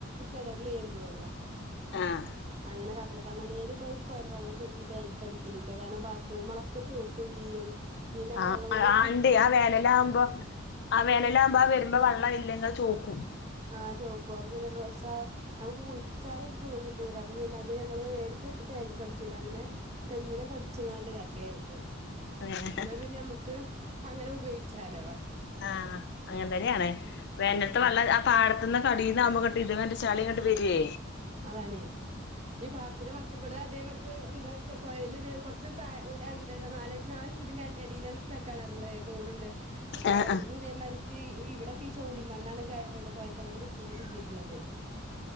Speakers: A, on the right; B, on the left.
A: കിണറിൽ ഏന്തോല്ലോ
B: ആഹ് ആഹ്
A: അങ്ങനെ കാട്ടില്ല കാരണം നേരിട്ട് ആ കോയൽ വെള്ളം ടാങ്കിക്ക് അടിക്കൽ ഇല്ല കാരണം ബാത്‌റൂമുകൾളൊക്കെ ചൊക്കും ചെയ്യും പിന്നെ ആ
B: ആഹ്
A: വെള്ളംകൊണ്ട്
B: ആഹ് ഇണ്ട് ആ വേനൽ ആവുമ്പോ ആ വേനൽ ആവുമ്പോ വരുന്ന വെള്ളയില്ലേ ഇങ്ങനെ ചൊക്കും
A: ആ ചൊക്കും അപ്പൊ പിന്നെ ഡ്രെസ്സ് നമുക്ക് കുളിച്ചാലും ഒരു സുഖം കിട്ടൂല്ല അപ്പൊ പിന്നെ ഞങ്ങൾ നേരിട്ട് ടാങ്കിക്ക് അടിച്ചുല്ല അങ്ങനെ തേങ്ങനൊക്കെ അടിച്ചാണ്ട് ഇരിക്കും
B: ഏഹ്
A: എന്നാ പിന്നെ നമുക്ക് അങ്ങനെ ഉപോയോഗിച്ചാലോ
B: ആ അങ്ങനെ തന്നെ ആണ് വേനൽത്തെ
A: ആഹ്
B: വെള്ളം ആ പാടത്തെ ഇത് അറിയുന്ന ആവുമ്പോ ഇതിന്ന് ചളി അങ്ങിട്ടു വരേ
A: അതാണ് ഈ പാടത്തിന്റെ ഇവിടെ അതേ മാതിരിക് എന്താ ക് കോയൽ <unintelligible> അപ്പൊ
B: ആഹ്
A: അവിടെന്ന് ഇതേ മാരിക്ക് ഇവിടെ ചോടി മണ്ണ് ആണ് കോയൽ കിണർ കുത്തിയിട്ട് കിട്ടിയിട്ടുള്ളത്